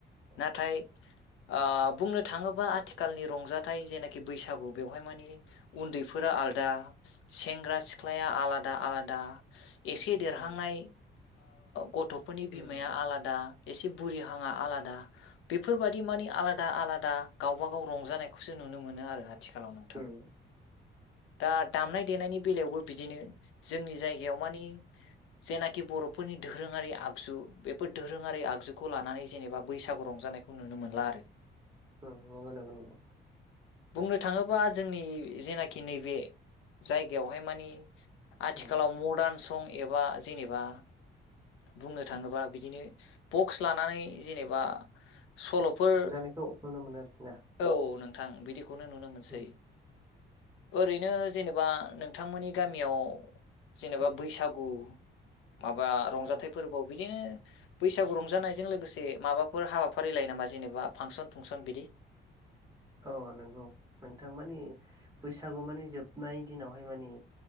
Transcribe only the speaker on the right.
औ
उम
उम
उम
उम
उम नंगौ नंगौ नंगौ।
उम
नायखौ नुनो मोनो आरोखि ना।
उम
उम
औ
औ नंगौ नोंथां मानि बैसागु माने जोबनाय दिनावहाय माने